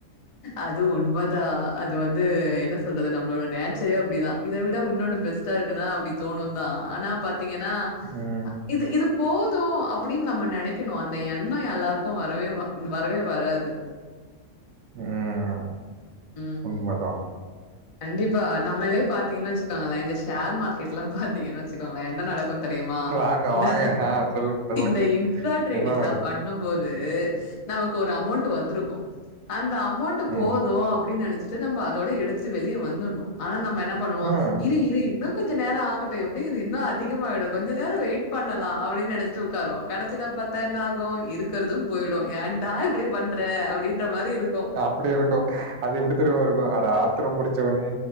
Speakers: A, on the left; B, on the right.
A: அது உண்மதா அது வந்து என்ன சொல்றது நம்மளோட நே ச்சரே அப்டிதா இத விட உன்னொன்னு பெஸ்ட்டா இருக்குனா அப்டி தோணுதா ஆனா பாத்தீங்கனா
B: ம்
A: இது இது போது அப்டின் நம்ம நெனைக்கணு அந்த எண்ண எல்லாருக்கு வரவே வ ம் வரவே வராது
B: ம்
A: ம்.
B: உண்மதா
A: கண்டிப்பா நம்மளே பாத்தீங்கனா வெச்சுக்கோங்களே இந்த ஷேர் மார்க்கெட்லா பாத்தீங்கனா வெச்சுக்கோங்களே என்ன நடக் க்கும் தெரியுமா
B: வாங்க,
A: இந்த
B: வாங்க. ஆ சொல்லுங்க, சொல்லுங்க.
A: இந்த இன்ட்ராட்ரேடிங்லா
B: என்ன நடந்துச்சு?
A: பண் ணும் போது நமக்கு ஒரு அமௌண்ட் வந்துருக்கு அந்த அமௌண்ட் ட்டு போது
B: ம்.
A: அப்டின் நெனச்சிட்டு நம்ப அதோட எடுத்துட்டு வெளிய வந்துர்ணு ஆனா நம்ம என்னப் பண்ணுவோ
B: ம்.
A: இரு இரு இன்னு கொஞ்ச நேர ஆகட்டு எப்டியு இது இன்னு அதிகமாயிடு கொஞ்ச நேர வெயிட் பண்ணலா அப்டின் நெனச்சிட்டு உக்காருவோ கடச்சில பாத்தா என்ன ஆகு இருக்கறது போயிடு ஏன்டா இப்டிப் பண்ற அப்டின்ற மாரி இருக்கு
B: அப்டி இருக்கு அது எப்டி தெரியுமா இருக்கு அட ஆத்தரம் புடிச்சவனே